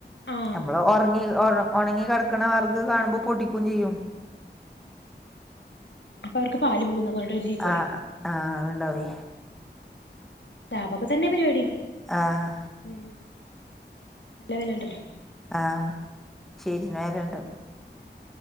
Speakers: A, on the left (about 80°); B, in the centre.
A: ആ
B: ന്നമ്മള് ഒർങ്ങി ഒർ ഒണങ്ങി കെട്ക്ക്ണ വെർക് കാണുമ്പോ പൊടിക്കും ചെയ്യും. <inaudible>
A: അപ്പ അവർക്ക് പാല് പോവുന്നൊക്കെ പർഞ്ഞ്ട്ട് ചീത്ത പറയും.
B: ആഹ് ആഹ് അത്ണ്ടാവേ
A: ലഭൊക്കെ തെന്നെ പരിവാടി.
B: ആഹ്.
A: ഉം നല്ല വെലണ്ടല്ലോ.
B: ആഹ് ശെരി നേരംണ്ട്.